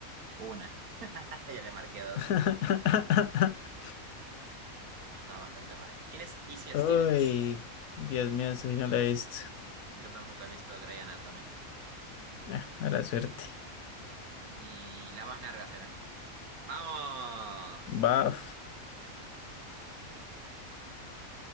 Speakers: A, on the right; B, on the left.
A: Una. <laughs> Ya le marqué dos.
B: <laughs>
A: Empezaba bastante mal. ¿Quién es Izzy
B: Uy,
A: Stevens?
B: Dios mío, esa sí no la he visto.
A: Yo tampoco he visto Grey Anatomy.
B: Ah, a la suerte.
A: Y la más larga será. ¡Vamos!
B: Baf,